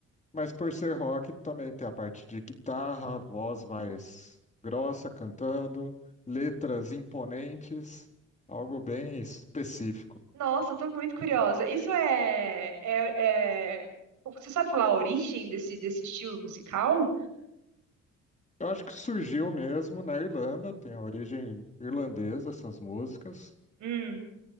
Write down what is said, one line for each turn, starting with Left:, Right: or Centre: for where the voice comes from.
Left: mas por ser rock também tem a parte de guitarra, voz mais grossa cantando, letras imponentes, algo bem específico.
Right: Nossa, eu tô muito curiosa. Isso é, é, é- Você sabe falar a origem desse, desse estilo musical?
Left: Eu acho que surgiu mesmo na Irlanda, tem a origem irlandesa essas músicas,
Right: Hum,